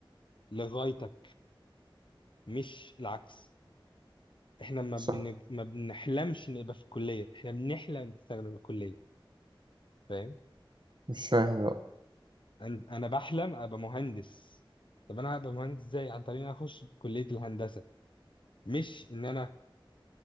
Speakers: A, on the left; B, on the right.
A: لغايتك مش العكس احنا ما
B: صح
A: بن... ما بنحلمش نبقى في الكليه احنا بنحلم نستخدم الكليه فاهم
B: مش فاهم بقى
A: أن- انا بحلم ابقى مهندس طب انا هبقى مهندس ازاي عن طريق ان أنا اخش كليه الهندسه مش ان انا